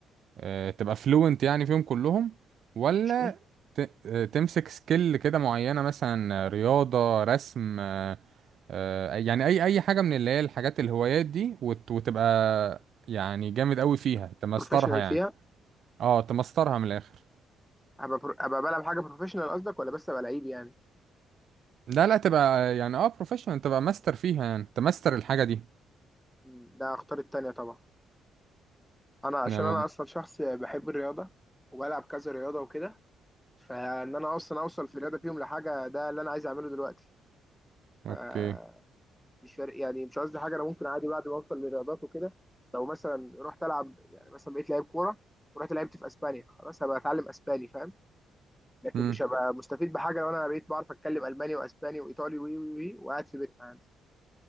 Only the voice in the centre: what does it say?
مش ايه
بروفيشنال
فيها
ابقى برو- ابقى بلعب حاجه بروفيشنال قصدك ولا بس ابقى لعيب يعني
مم، ده اختار التانيه طبعا انا عشان
انا اصلا شخص بحب الرياضه وبلعب كذا رياضه وكده فان انا اصلا اوصل في الرياضه فيهم لحاجه ده اللي انا عايز اعمله دلوقتي
فمش فارق يعني مش قصدي حاجه انا ممكن عادي بعد ما اوصل للرياضات وكده لو مثلا رحت العب يعني مثلا بقيت لعيب كوره ورحت لعبت في اسبانيا خلاص هبقى اتعلم اسباني فاهم لكن
مش هبقى مستفيد بحاجه لو انا بقيت بعرف اتكلم الماني واسباني وايطالي وي وي وي وقاعد في بيتنا عادي